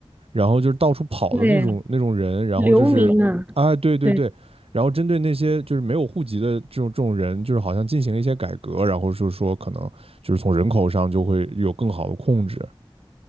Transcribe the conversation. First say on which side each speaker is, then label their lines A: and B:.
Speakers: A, on the right; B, on the right.
A: 然后就是到处跑的那种那种人，
B: 对，
A: 然后就是啊，
B: 流民啊，
A: 对对对，
B: 对
A: 然后针对那些就是没有户籍的这种这种人，就是好像进行了一些改革，然后就是说可能就是从人口上就会有更好的控制。